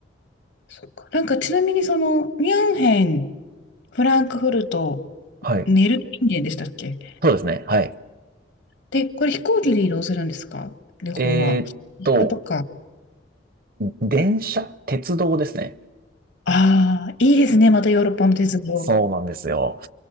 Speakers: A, on the left; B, on the right.
A: そっか。なんかちなみにその、ミュンヘン、フランクフルト、
B: はい。
A: ネルリンゲンでしたっけ
B: そうですね。はい。
A: で、これ飛行機で移動するんですか旅行は。
B: えーっと、
A: あとか。
B: 電車鉄道ですね。
A: ああ、いいですね、またヨーロッパの鉄道。
B: そうなんですよ。